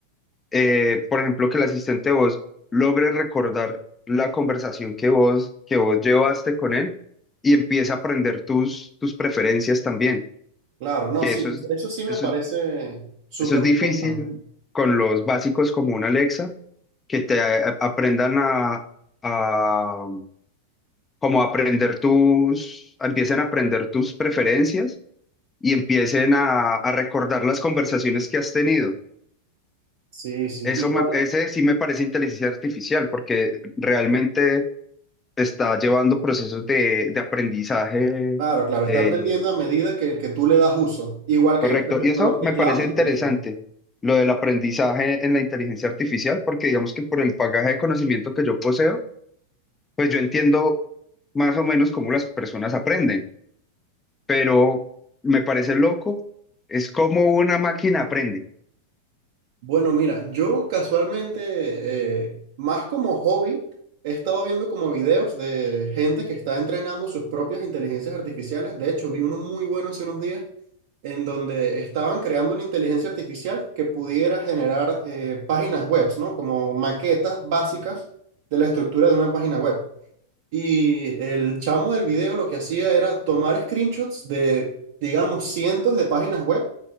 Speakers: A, on the left; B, on the right.
A: eh, por ejemplo, que el asistente de voz logre recordar la conversación que vos, que vos llevaste con él y empiece a aprender tus, tus preferencias también,
B: Claro, no,
A: que
B: sí,
A: eso es,
B: eso sí me
A: eso
B: parece
A: es,
B: súper
A: eso es difícil
B: importante.
A: con los básicos como un Alexa, que te a- aprendan a, a como a aprender tus, empiecen a aprender tus preferencias y empiecen a, a recordar las conversaciones que has tenido
B: Sí, sí,
A: Eso
B: igual,
A: me, ese sí me parece inteligencia artificial porque realmente está llevando procesos de, de aprendizaje
B: claro, claro, está
A: eh,
B: aprendiendo a medida que, que tú le das uso. Igual que,
A: correcto.
B: por ejemplo,
A: Y eso
B: los teclados
A: me parece
B: del
A: interesante,
B: teléfono.
A: lo del aprendizaje en la inteligencia artificial, porque digamos que por el bagaje de conocimiento que yo poseo, pues yo entiendo más o menos cómo las personas aprenden, pero me parece loco, es como una máquina aprende.
B: Bueno, mira, yo casualmente, eh, más como hobby, he estado viendo como videos de gente que está entrenando sus propias inteligencias artificiales. De hecho, vi uno muy bueno hace unos días en donde estaban creando una inteligencia artificial que pudiera generar eh, páginas web, ¿no? Como maquetas básicas de la estructura de una página web. Y el chamo del video lo que hacía era tomar screenshots de, digamos, cientos de páginas web